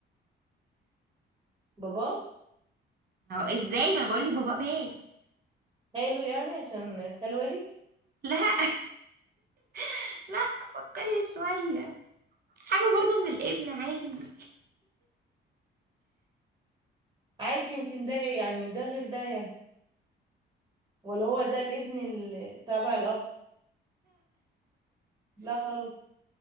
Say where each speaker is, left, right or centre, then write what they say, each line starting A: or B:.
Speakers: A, on the right (about 25°); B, on the right (about 50°).
A: وباباه
B: هو ازاي ما انا بقول لك بابا مات
A: خاله يعني عشان خال والد
B: لا <laughs> لا فكري شوية حاجة برضو من الابن عادي <laughs>
A: عادي يمكن ده يعني ده غير ده يعني ولا هو ده الابن ال- تبع الأب لا خلاص